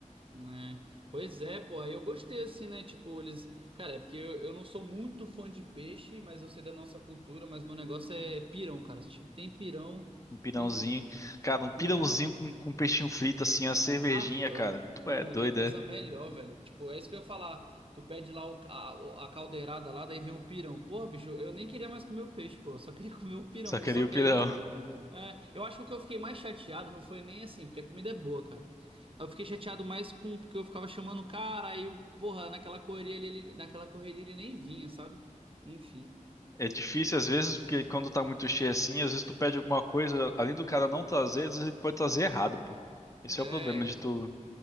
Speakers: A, on the right; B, on the left.
A: né? Pois é, pô, aí eu gostei assim, né? Tipo, eles. Cara, é porque eu, eu não sou muito fã de peixe, mas eu sei da nossa cultura, mas meu negócio é pirão, cara. Tipo, tem pirão,
B: Um pirãozinho.
A: enfim.
B: Cara, um pirãozinho
A: né?
B: com, com peixinho frito, assim, a cervejinha,
A: Ah, doido,
B: cara.
A: pô.
B: Tu
A: Não,
B: é
A: não
B: doida,
A: tem coisa
B: é?
A: melhor, velho. Tipo, é isso que eu ia falar. Tu pede lá o, a, o- a caldeirada lá, daí vem um pirão. Porra, bicho, eu nem queria mais comer o peixe, pô. Eu só queria <laughs> comer o pirão,
B: Só
A: pô.
B: queria
A: Só
B: o
A: que
B: pirão.
A: aí. é, eu acho que o que eu fiquei mais chateado não foi nem assim, porque a comida é boa, cara. Eu fiquei chateado mais com porque eu ficava chamando o cara, aí, o- porra, naquela correria ele, ele- naquela correria ele nem vinha, sabe? Enfim.
B: É difícil às vezes, porque quando tá muito cheio assim, às vezes tu pede alguma coisa, além do cara não trazer, às vezes ele pode trazer errado, pô. Esse
A: É.
B: é o problema de tu.